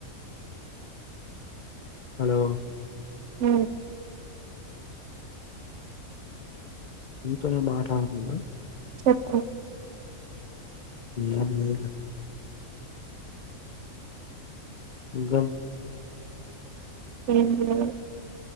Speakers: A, on the left; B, on the right.
A: హలో
B: అ
A: మీతోనే మాట్లాడుతుందా
B: చెప్పు
A: ఎం లేదు లే ఇంకాం
B: ఎం లేదు